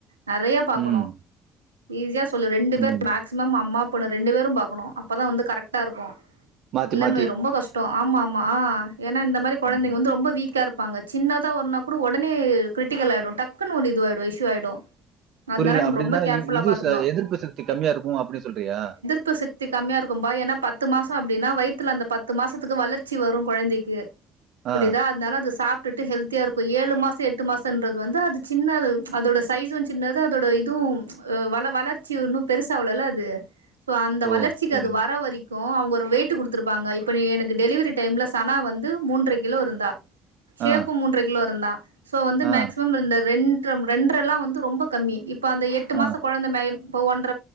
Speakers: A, on the right; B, on the right.
A: நெறையா பாக்கணு
B: ம்,
A: ஈஸியா சொல்லு ரெண்டு பேர்
B: ம்.
A: மேக்சிமம் அம்மா பொண்ணு ரெண்டு பேரு பாக்கணு அப்பதா வந்து கரெக்ட்டா இருக்கு
B: மாத்தி,
A: இல்லன்னு
B: மாத்தி.
A: வை ரொம்ப கஷ் டோ ஆமாமா ஏனா இந்த மாரி கொழந்தைங்க
B: ஆஹா.
A: வந்து ரொம்ப வீக்கா இருப்பாங்க சின்னதா ஒண்ணா கூட ஒடனே க்ரிட்டிக்கல் ஆயிடு டக்குன்னு ஒரு இதுவாயிடு இஷ்யூ ஆயிடு அதனால
B: புரில
A: நம்ம
B: அப்டினா
A: ரொம்ப கேர்ஃபுல்லா
B: இ இது
A: பாத்துக்கணு
B: எதிர்ப்பு சக்தி கம்மியா இருக்கு அப்டின் சொல்றியா
A: உப்பு சக்தி கம்மியா இருக்கும்பா ஏனா பத்து மாசோ அப்டினா வயித்ல அந்த பத்து மாசத்துக்கு வளர்ச்சி வரு கொழந்தைக்கு புரிதா
B: ஆ.
A: அதனால அத சா ட்டுட்டு ஹெல்தியா இருக்கு ஏழு மாசோ எட்டு மாசோன்றது வந்து அது சின்ன ம்ச் அதோட சைஸ் வந் சின்னது அதோட இதுவும் ம்ச் வள வளர்ச்சி இன்னு பெருசாவலல்ல அது சோ அந்த வளர்ச்சிக்கு
B: ஓ! சரி.
A: அது வர வரை க்கு அவுங்க ஒரு வெயிட் குடுத்திருப்பாங்க இப்போ நீ எனக்கு டெலிவரி டைம்ல சனா வந்து மூன்ற கிலோ இருந்தா ஷேக்கூ
B: ஆ,
A: மூன்ற கிலோ இருந்தான் சோ வந்து
B: ஆ,
A: மேக்சிமம் இந்த ரெண்ற ரெண்றல்லா வந்து ரொம்ப கம்மி இப் இப்ப அந்த எட்டு மாச
B: ஆ,
A: கொழந்த மே இப்ப ஒன்ற